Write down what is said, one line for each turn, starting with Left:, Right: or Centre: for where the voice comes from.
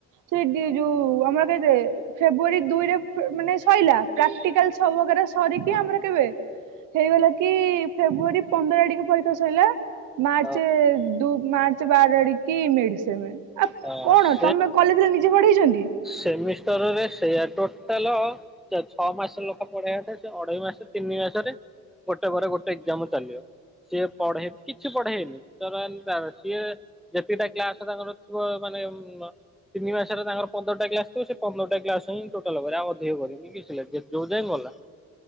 Right: ସେଡି ଇଏ ଯୋଉ ଆମର କେତେ ଫେବୃଆରୀ ଦୁଇରେ ଫେ ମାନେ ସଇଲା ପ୍ରାକ୍ଟିକାଲ ସବୁ ବଗେରା ସରିକି ଆମର କେବେ? ହେଇଗଲା କି ଫେବୃଆରୀ ପନ୍ଦର ଟିକେ ପରିକ୍ଷା ସରିଲା। ମାର୍ଚ୍ଚ
Centre: ହଁ
Right: ଦୁ ମାର୍ଚ୍ଚ ବାର ଆଡକି ମେଡିସମ ଆ
Centre: ହଁ
Right: କଣ
Centre: ସେ
Right: ତମେ। କଲେଜରେ ନିଜେ ପଢେଇଛନ୍ତି।
Centre: ସେମିଷ୍ଟରରେ ସେୟାର ଟୋଟାଲ। ଛଅ ମାସ ଲୋକ ପଢେଇବାଟ ସେ ଅଢେଇ ମାସ ତିନି ମାସରେ। ଗୋଟେ ପରେ ଗୋଟେ ଏକ୍ଜାମ ଚାଲିଵ। ସିଏ ପଢେ କିଛି ପଢେଇନି <unintelligible> ତ ସିଏ। ଯେତିକିଟା କ୍ଲାସ ତାଙ୍କର ଥିବ ମାନେ ତିନି ମାସରେ ତାଙ୍କର। ପନ୍ଦରଟା କ୍ଲାସ ପନ୍ଦରଟା କ୍ଲାସ ହିଁ ଟୋଟାଲ ଆଉ ଅଧିକ କରିନି କି ଯୋଉ ଯାଇଁ ଗଲା।